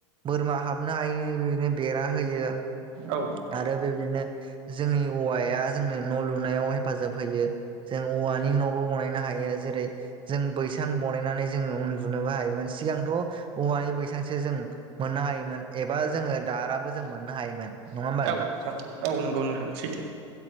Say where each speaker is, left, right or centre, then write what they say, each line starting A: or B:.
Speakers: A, on the right; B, on the right.
A: बोरमा हाबनो हायिनि बेदिनो बेरा होयो।
B: औ
A: आरो बेबायदिनो जोंनि औवाया जोंनो न' लुनायाव हेफाजाब होयो जों औवानि न'बो बनायनो हायो जेरै जों बै सां बनायनानै जोङो उन्दुनोबो हायोमोन सिगांथ' औवानि बैसांसो जों मोननो हायोमोन। एबा जोङो दाराबो जों मोननो हायोमोन। नङा होमबा
B: औ नोंथां औ नंगौ नोंथां सैथो।